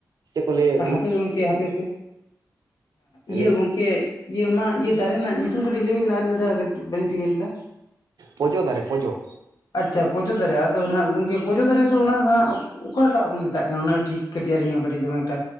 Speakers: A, on the right (about 80°); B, on the left (about 70°).
A: ᱪᱮᱫ ᱠᱚ ᱞᱟᱹᱭᱟᱹ
B: ᱦᱳᱭ ᱜᱚᱢᱠᱮ ᱦᱟᱯᱮ ᱦᱟᱯᱮ ᱦᱮᱸ ᱤᱭᱟᱹ
A: ᱞᱟᱹᱭ
B: ᱜᱚᱝᱠᱮ ᱠᱮ ᱤᱭᱟᱹ ᱢᱟ ᱤᱭᱟᱹ ᱫᱟᱨᱮ ᱨᱮᱱᱟᱜ ᱧᱩᱛᱩᱢ ᱠᱟᱹᱴᱤᱡ ᱞᱟᱹᱭ ᱵᱮᱱ ᱟᱨ ᱢᱤᱫ ᱫᱷᱟᱣ? <unintelligible> ᱵᱟᱹᱞᱤᱧ ᱴᱷᱤᱠᱟᱹ ᱞᱮᱫᱟ᱾
A: ᱯᱚᱡᱚ ᱫᱟᱨᱮ ᱯᱚᱡᱚ
B: ᱟᱪᱪᱷᱟ ᱯᱚᱡᱚ ᱫᱟᱨᱮ ᱟᱫᱚ ᱱᱟᱦᱟᱜ ᱜᱚᱝᱠᱮ ᱯᱚᱡᱚ ᱫᱟᱨᱮ ᱫᱚ ᱚᱱᱟ ᱫᱚ ᱦᱟᱜ, ᱚᱠᱟᱴᱟᱜ ᱵᱚᱱ ᱢᱮᱛᱟᱜ ᱠᱟᱱᱟ ᱚᱱᱟ ᱴᱷᱤᱠ ᱠᱟᱹᱴᱤᱡ ᱟᱹᱞᱤᱧ ᱦᱚᱸ ᱠᱟᱹᱴᱤᱡ ᱫᱚᱢᱮ ᱮᱠᱴᱟ